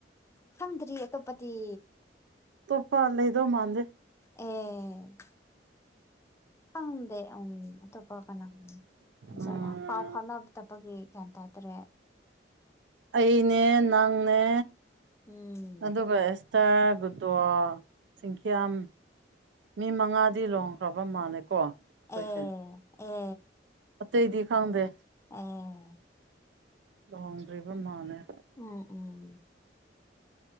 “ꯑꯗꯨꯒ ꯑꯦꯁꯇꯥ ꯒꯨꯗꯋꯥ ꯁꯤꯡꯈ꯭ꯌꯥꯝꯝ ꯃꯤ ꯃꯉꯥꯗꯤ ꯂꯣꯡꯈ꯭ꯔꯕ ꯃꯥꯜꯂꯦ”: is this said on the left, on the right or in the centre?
Right